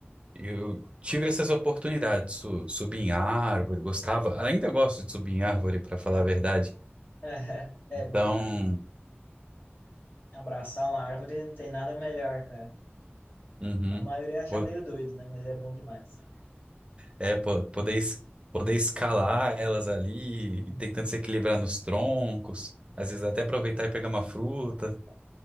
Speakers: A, on the right; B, on the left.
A: eu tive essas oportunidades, su, subir em árvore, gostava, ainda gosto de subir em árvore, para falar a verdade.
B: É, é
A: Então,
B: bom, né? Abraçar uma árvore não tem nada melhor, cara.
A: Uhum.
B: A maioria acha
A: Po-
B: meio doido, né? Mas é bom demais.
A: É, po- poder, es- poder escalar elas ali, e
B: Uhum.
A: tentando se equilibrar nos troncos, às vezes até aproveitar e pegar uma fruta.